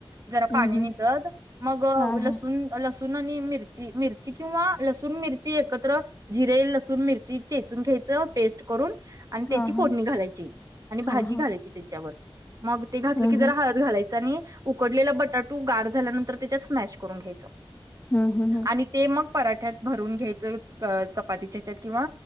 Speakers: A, on the right; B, on the left.
A: जरा पाणी
B: हम्म हम्म
A: निगद मग
B: हा
A: लसूण
B: हा
A: लसू तुनानी आणि मिरची, मिरची किंवा लसूण, मिरची एकत्र जिरे, लसूण, मिरची चेचून घ्यायचं. पेस्ट करून आणि त्याची
B: हा
A: फोडणी
B: हा
A: घालायची आणि भाजी
B: हा हा
A: घालायची त्याच्यावर मग ते घातलं
B: हम्म
A: की जरा
B: हम्म
A: हळद घालायचं आणि उकडलेला बटाटू गार झाल्यानंतर त्याच्यात स्मॅश करून घ्यायचं.
B: हम्म हम्म हम्म.
A: आणि ते मग पराठ्यात भरून घ्यायचं चपातीच्या हेच्यात किंवा